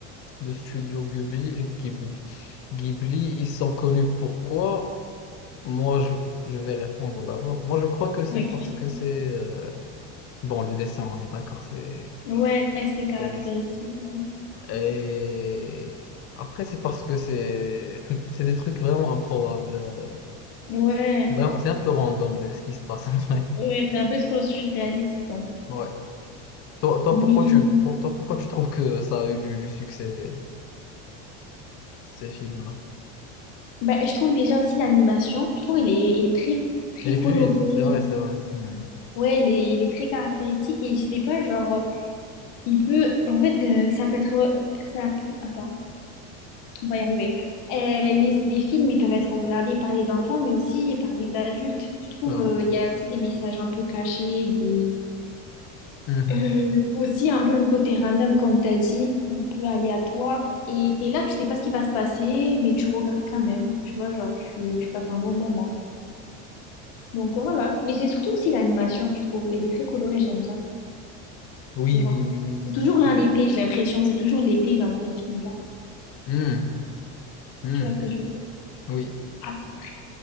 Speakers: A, on the left (about 40°); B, on the left (about 60°).
A: de studio Ghibli, euh, Ghibli, Ghibli, ils sont connus pourquoi? Moi, je, je vais répondre d'abord. Moi, je crois que c'est
B: Ok.
A: parce que c'est... euh, Bon, le dessin, on est d'accord, c'est...
B: Ouais, c'est caractéristique.
A: euh,
B: Ouais.
A: Et après, c'est parce que c'est <laughs> c'est des trucs vraiment improbables. euh,
B: Ouais,
A: Vraiment, c'est un peu random le- ce qui se passe en vrai.
B: ouais, c'est un peu trop surréaliste, quoi.
A: Ouais. Toi, toi,
B: Mais
A: pourquoi tu, pour- toi, pourquoi tu trouves que ça a eu du, du succès? ces films-là.
B: bah, je trouve déjà aussi l'animation, je trouve elle est, elle est très, très
A: Elle est
B: colorée.
A: fluide, c'est vrai, c'est vrai. Hmm.
B: Ouais, elle est, elle est très caractéristique et je sais pas, genre, il peut. En fait, euh, ça peut être. Ça peut... Attends. On va y arriver. Euh, les, les films, ils peuvent être regardés par les enfants, mais aussi par les adultes. Je trouve,
A: Bon.
B: euh, il y a aussi des messages un peu cachés, des...
A: Mhm.
B: euh, aussi un peu le côté random, comme tu as dit, un peu aléatoire. Et tu es là, tu sais pas ce qui va se passer, mais tu regardes quand même. Tu vois, genre, tu, tu passes un bon moment. Donc euh, voilà. Mais c'est surtout aussi l'animation, je trouve. Elle est très colorée, j'aime bien.
A: Oui,
B: Je vois.
A: oui, oui, oui,
B: C'est
A: oui,
B: toujours
A: oui,
B: un
A: oui.
B: été, j'ai l'impression. C'est toujours l'été dans ces films-là.
A: Hmm. Hmm.
B: Tu vois ce que je veux dire?
A: Oui.
B: Après,